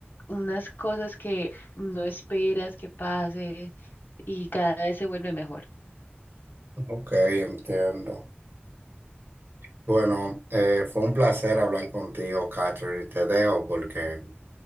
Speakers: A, on the left (about 50°); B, on the right (about 60°).
A: unas cosas que no esperas que pase y cada vez se vuelve mejor.
B: Ok, entiendo. Bueno, eh, fue un placer hablar contigo, Catherine. Te dejo porque,